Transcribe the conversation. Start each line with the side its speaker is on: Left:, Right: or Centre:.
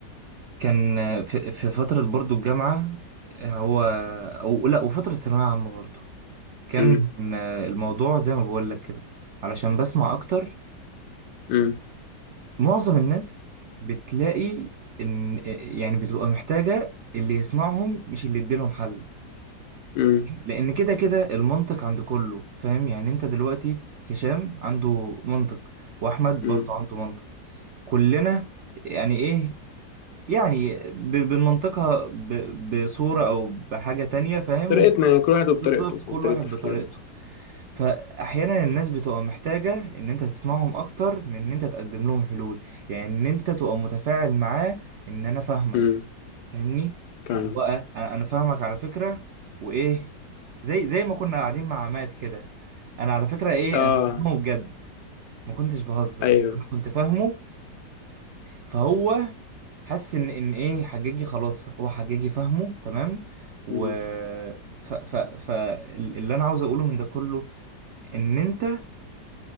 Right: كان في في فترة برضو الجامعة هو أو لأ وفترة ثانوية عامة برضو كان
Left: امم
Right: الموضوع زي ما بقول لك كده علشان بسمع أكتر
Left: امم
Right: معظم الناس بتلاقي إن يعني بتبقى محتاجة اللي يسمعهم مش اللي يديلهم حل
Left: امم
Right: لأن كده كده المنطق عند كله فاهم يعني أنت دلوقتي هشام عنده منطق وأحمد
Left: امم
Right: برضو عنده منطق كلنا يعني إيه يعني ب- بنمنطقها ب- بصورة أو بحاجة تانية فاهم
Left: طريقتنا يعني كل واحد وبطريقته
Right: بالظبط
Left: وبطريقه
Right: كل واحد
Left: تفكيره
Right: بطريقته فأحيانا الناس بتبقى محتاجة إن أنت تسمعهم أكتر من إن أنت تقدم لهم حلول يعني إن أنت تبقى متفاعل معاه إن أنا فاهمك
Left: امم
Right: فاهمني
Left: فاهمك
Right: اللي هو أ- أنا أنا فاهمك على فكرة وإيه زي زي ما كنا قاعدين مع عماد كده أنا على فكرة إيه
Left: اه
Right: أنا كنت فاهمه بجد ما كنتش بهزر
Left: ايوه
Right: يعني أنا كنت فاهمه فهو حس ان ان ايه حجاجي خلاص هو حجاجي فاهمه تمام و
Left: امم
Right: ف ف ف ال- اللي انا عاوز اقوله من ده كله ان انت